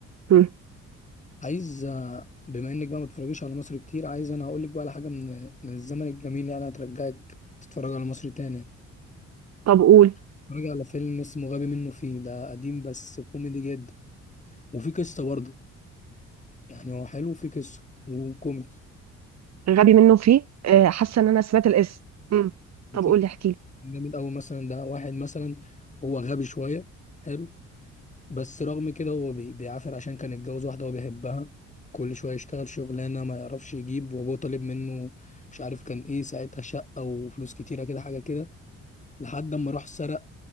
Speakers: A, on the right (about 60°); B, on the left (about 25°).
A: مم.
B: عايز آه، بما انك بقى ما بتتفرجيش على مصر كتير عايز انا هقول لك بقى على حاجه من من الزمن الجميل يعني هترجعك تتفرج على مصر تاني
A: طب قول
B: تتفرج على فيلم اسمه غبي منه فيه ده قديم بس كوميدي جدا وفي قصه برضه يعني هو حلو في قصة وكوميدي
A: غبي منه فيه آه، حاسه ان انا سمعت الاسم مم. طب
B: أكيد
A: قول لي احكي لي
B: جامد أوي مثلا ده واحد مثلا هو غبي شوية حلو بس رغم كده هو بي- بيعافر عشان كان اتجوز واحدة هو بيحبها كل شوية يشتغل شغلانة ما يعرفش يجيب وأبوه طالب منه مش عارف كان إيه ساعتها شقة وفلوس كتيرة كده حاجة كده لحد أما راح سرق